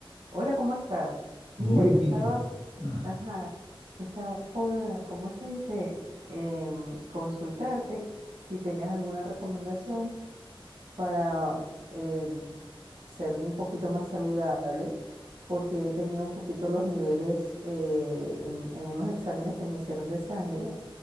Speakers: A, on the right; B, on the left.
A: Hola, ¿cómo estás?
B: Muy
A: Mira, yo
B: bien.
A: estaba,
B: Ah,
A: ajá, estaba por, eh, ¿cómo se dice? Em, consultarte si tenías alguna recomendación para eh, ser un poquito más saludable, porque he tenido un poquito los niveles eh, en, en unos exámenes que me hicieron de sangre